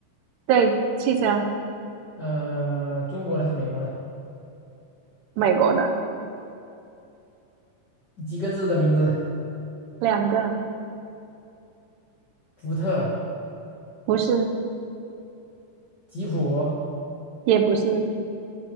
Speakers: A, on the right; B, on the left.
A: 对，汽车，
B: 呃，中国的还是美国的？
A: 美国的
B: 几个字的名字？
A: 两个，
B: 福特、
A: 不是，
B: 吉普，
A: 也不是，